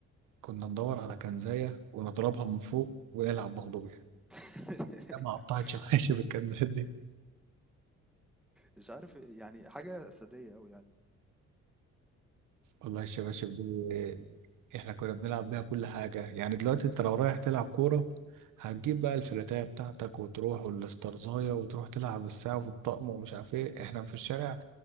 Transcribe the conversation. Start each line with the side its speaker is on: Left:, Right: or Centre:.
Right: كنا ندور على كنزاية ونضربها من فوق ونلعب مغلوبة
Centre: <laughs>
Right: يا ما قطعت شباشب الكنزات <laughs> دي
Centre: مش عارف إيه، يعني حاجة أساسية أوي يعني
Right: والله الشباشب دي احنا كنا بنلعب بيها كل حاجة يعني دلوقتي انت لو رايح تلعب كورة هتجيب بقى الفلاتاية بتاعتك وتروح والاسترزاية وتروح تلعب الساعة والطقم ومش عارف ايه احنا في الشارع